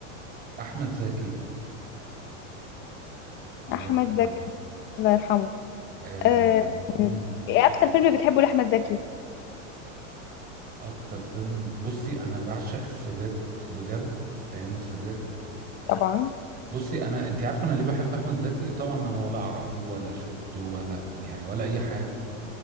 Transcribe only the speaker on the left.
احمد
زكي الله يرحمه
آه،
آه، ايه اكتر فيلم بتحبه لاحمد زكي
طبعا